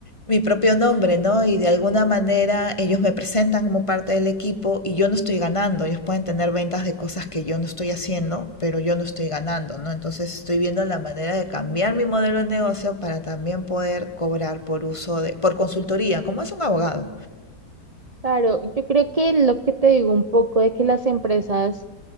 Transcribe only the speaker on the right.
Claro, yo creo que lo que te digo un poco de que las empresas